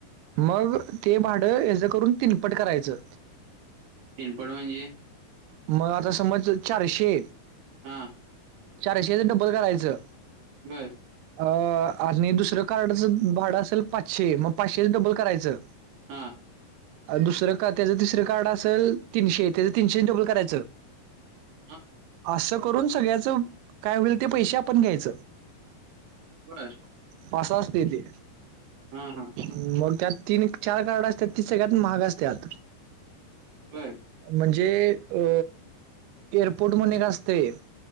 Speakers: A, on the right; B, on the right.
A: मग ते भाडं हेजं करून तिनपट करायचं.
B: तिनपड म्हणजे?
A: मग आता समज चारशे
B: हा.
A: चारशे च डबल करायचं.
B: बर.
A: अ आणि दुसरं कार्डचं भाडं असेल पाचशे. मग पाचशेच डबल करायचं.
B: हा.
A: दुसरं का त्याचं तिसरं कार्ड असेल तीनशे. त्याचं तीनशेच डबल करायचं.
B: <inaudible>
A: असं करून सगळ्याच काय होईल ते पैसे आपण घ्यायचं.
B: बरं.
A: मग अस असते ते.
B: हा हा.
A: मग त्यात तीन चार कार्ड असत्यात. ती सगळ्यात महाग असत्यात.
B: बर
A: म्हणजे अ एअरपोर्ट म्हणे एक असतय.